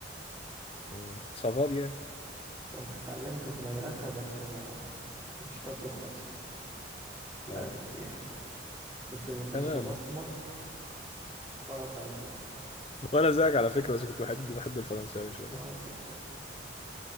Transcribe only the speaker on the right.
كنت اتعلمته في المدرسة بس ما مش فاكره خالص للاسف
يعني كنت بخش
ابصمج خلاص على كده
اه فت...